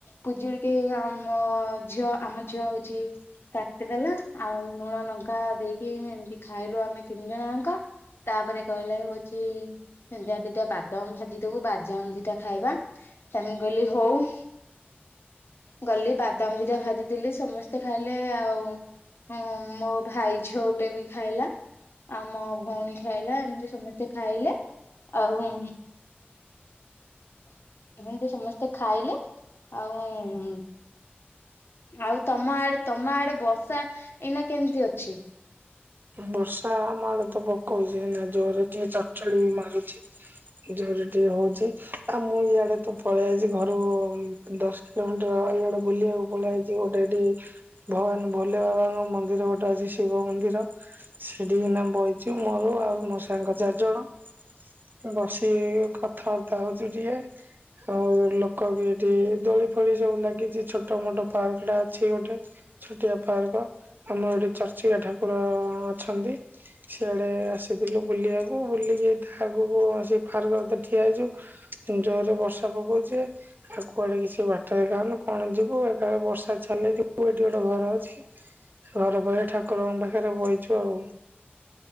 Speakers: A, on the left (about 70°); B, on the right (about 55°).
A: ପୁଜୁଳିିକି ଆମ ଝିଅ, ଆମ ଝିଅ ହଉଛି କାଟିଦେଲା। ଆଉ ଲୁଣ ଲଙ୍କା ଦେଇକି ଏମିତି ଖାଇଲୁ ଆମେ ତିନି ଜଣଜାଙ୍କ। ତା'ପରେ କହିଲେ ହଉଚିଁ ସେନ୍ତିଆ ଦିଟା ବାଦାମ ଭାଜି ଦବୁ, ବାଜାମ ଦିଟା ଖାଇବା। ତ ମୁଁ କହିଲି ହଉ। ଗଲି ବାଦାମ ଦିଟା ଭାଜିଦେଲି, ସମସ୍ତେ ଖାଇଲେ ଆଉଁ। ହୁଁ, ମୋ ଭାଇ ଝିଅ ଗୁଟେ ବି ଖାଇଲା। ଆଉ ମ ଭଉଣୀ ଖାଇଲା, ଏମିତି ସମସ୍ତେ ଖାଇଲେ। ଆଉଁ ହିଁତି ସମସ୍ତେ ଖାଇଲେ। ଆଉଁ ଆଉ, ତମ ଆଡେ, ତମ ଆଡେ ବର୍ଷା, ଏଇନା କେମିତି ଅଛି?
B: ବର୍ଷା, ଆମଆଡେ ତ ପକଉଛି, ଏଇନା। ଜୋରେ ଟିଏ ଚଡ୍ ଚଡି ମାରୁଛି। ଜୋରେ ଟିଏ ହଉଛି। ଆଉ ମୁଁ ଇଆଡେ ତ ପଳେଇ ଆଇଛି ଘରୁ-ଉ ଦଶ୍ ପ୍ଲାଣ୍ଟ ର ଇଆଡେ ବୁଲିଆଉ। ପଳେଇଆଇଛି ଗୋଟେ ଏଠି, ଭଗବାନ୍ ଭୋଲେ ବାବାଙ୍କ ମନ୍ଦିର ଗୋଟେ ଅଛି, ଶିବ ମନ୍ଦିର। ସେଠିକିନା ବଇଚୁ, ମୋର ଆଉ ମୋ ସାଙ୍ଗ ଚାରି ଜଣ। ବସିକି କଥାବାର୍ତ୍ତା ହଉଚୁ ଟିକେ। ଆଉ, ଲୋକ ବି ଏଠି ଦୋଳି ଫୋଳି ସବୁ ଲାଗିଛି। ଛୋଟ ମୋଟ ପାର୍କ ଟା ଅଛି ଗୋଟେ। ଛୋଟିଆ ପାର୍କ, ଆମର ଏଠି ଚର୍ଚିକା ଠାକୁର-ଅ ଅଛନ୍ତି। ସିଆଡେ ଆସିଥିଲୁ ବୁଲିଆକୁ ବୁଲିକି ତା ଆଗକୁ ସେ ପାର୍କ ତେ ଠିଆ ହେଇଚୁ ଜୋରରେ ବର୍ଷା ପକଉଚି ଆଉ କୁଆଡେ କିଛି ବାଟ ଦେଖାନୁ କଣ ଯିବୁ ଏକାଳେ ବର୍ଷା ଛାଡିଲେ ଜିବୁ ଏଠି ଗୋଟେ ଘର ଅଛି। ଘରେ ବହି ଠାକୁରଙ୍କ ପାଖରେ ବଇଚୁ ଆଉ।